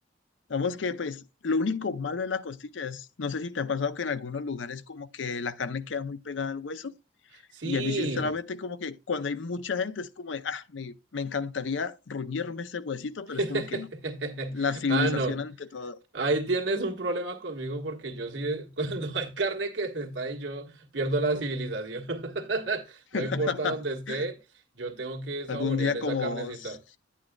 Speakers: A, on the left (about 80°); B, on the right (about 75°).
A: Vamos que pues lo único malo de la costilla es, no sé si te ha pasado que en algunos lugares como que la carne queda muy pegada al hueso
B: Sí.
A: y a mí sinceramente como que cuando hay mucha gente es como de, ah, me, me encantaría ruñirme ese huesito,
B: <laughs>
A: pero es como que no. La civilización
B: Ah, no.
A: ante todo.
B: Ahí tienes un problema conmigo porque yo sí, <laughs> cuando hay carne que se está ahí, yo pierdo la civilización. <laughs> No
A: <laughs>
B: importa dónde esté, yo tengo que saborear
A: Algún día
B: esa
A: como,
B: carnecita.
A: s-